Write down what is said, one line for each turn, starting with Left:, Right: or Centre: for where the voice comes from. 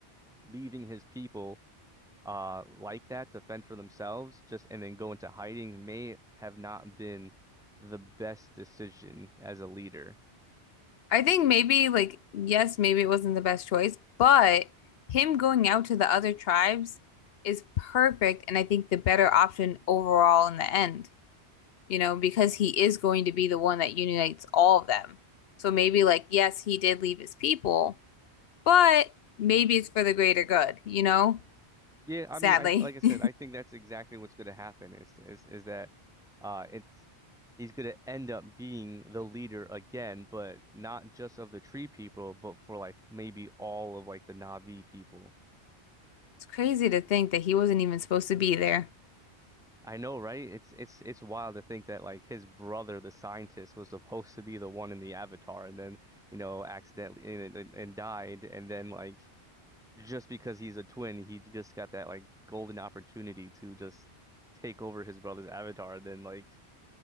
Centre: leaving his people uh like that to fend for themselves just and then go into hiding may have not been the best decision as a leader.
Left: I think maybe like yes, maybe it wasn't the best choice, but him going out to the other tribes is perfect and I think the better option overall in the end, you know, because he is going to be the one that unites all of them. So maybe like yes, he did leave his people, but maybe it's for the greater good, you know?
Centre: Yeah, I
Left: Sadly.
Centre: mean I like I said,
Left: <laughs>
Centre: I think that's exactly what's going to happen is is is that uh it's he's going to end up being the leader again, but not just of the tree people, but for like maybe all of like the Na'vi people.
Left: It's crazy to think that he wasn't even supposed to be there.
Centre: I know, right? It's it's it's wild to think that like his brother, the scientist, was supposed to be the one in the Avatar, and then you know accidentally and, and, and died, and then like just because he's a twin, he just got that like golden opportunity to just take over his brother's Avatar. Then like